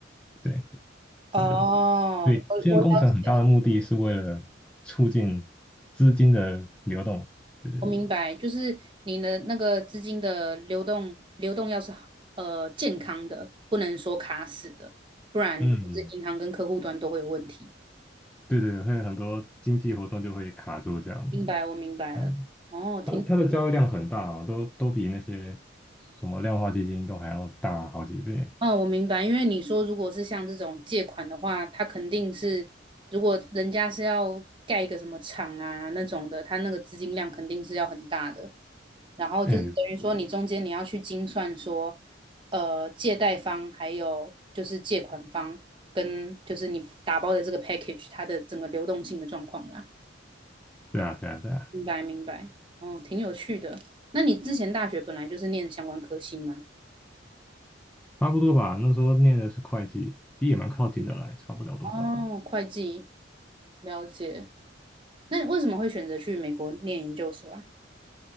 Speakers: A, in the centre; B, on the right.
A: 对，对，
B: 哦，
A: 对，以金融工程很大的目的是为了促进资金的流动。
B: 我我了解。
A: 对对对，
B: 我明白，就是你的那个资金的流动流动要是好呃健康的，不能说卡死的，不然就是银行跟客户端都会有问题。
A: 嗯，对对，会有很多经济活动就会卡住这样子。
B: 明白，我明白了。
A: 嗯，
B: 哦，挺
A: 它的它的交易量很大啊，都都比那些什么量化基金都还要大好几倍。
B: 哦，我明白，因为你说如果是像这种借款的话，他肯定是，如果人家是要盖一个什么厂啊那种的，他那个资金量肯定是要很大的。然后就是等于说，
A: 哎，
B: 你中间你要去精算说，呃，借贷方还有就是借款方跟就是你打包的这个 package 它的整个流动性的状况啦。
A: 对啊，对啊，对啊，
B: 明白，明白。嗯，挺有趣的。那你之前大学本来就是念相关科系吗？
A: 差不多吧。那时候念的是会计，也蛮靠近的啦，也差不了多少。
B: 哦，会计，了解。那你为什么会选择去美国念研究所啊？